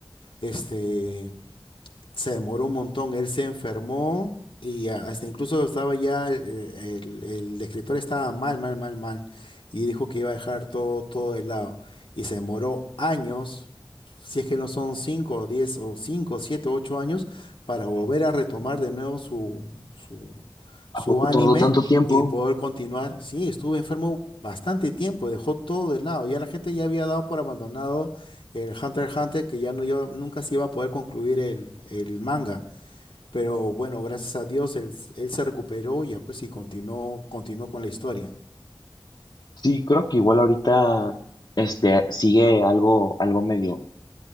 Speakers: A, on the left; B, on the left.
A: Este, se demoró un montón, él se enfermó y a- hasta incluso estaba ya, el, el- el escritor estaba mal, mal, mal, mal, y dijo que iba a dejar todo, todo de lado. Y se demoró años, si es que no son 5, 10 o 5, 7, 8 años, para volver a retomar de nuevo su, su, su
B: ¿a poco
A: anime
B: tardó tanto tiempo?
A: y poder continuar. Sí, estuvo enfermo bastante tiempo, dejó todo de lado, ya la gente ya había dado por abandonado el Hunter x Hunter, que ya no iba- nunca se iba a poder concluir el, el manga. Pero bueno, gracias a Dios, él, s- él se recuperó y ya pues y continuó, continuó con la historia.
B: Sí, creo que igual ahorita este sigue algo, algo medio,